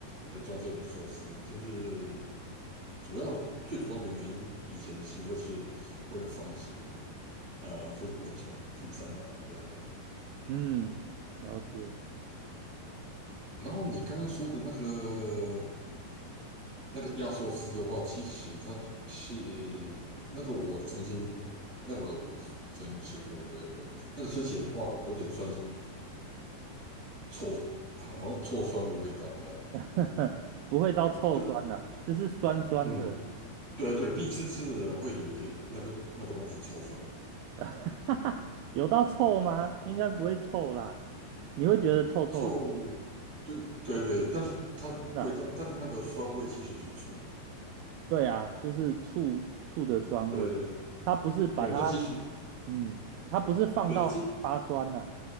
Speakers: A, on the right (about 20°); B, on the right (about 80°).
A: 来装这种寿司，就是主要最主要的原因，以前是就是为了防止呃就是蚊虫去沾染这样。
B: 嗯，了解，
A: 然后你刚刚说的那个那个压缩丝的话，其实它是那个我曾经那个我曾经吃过，对对，那个吃起来的话有点酸是臭，好像臭酸的味道这样。
B: <laughs> 不会到臭酸呐、
A: 对，
B: 就是酸酸的，
A: 嗯，对对，第一次吃的人会以为那个那个东西臭酸，
B: <laughs> 有到臭吗？应该不会臭啦，你会觉得臭臭的，
A: 臭，
B: 是不是？
A: 对对对，但是它味道，
B: 那
A: 但是那个酸味其实是醋，
B: 对啊，就是醋醋的酸味，
A: 对对对，
B: 它不是把它，
A: 对它其实
B: 嗯，它不是放到发酸呐、
A: 对它其，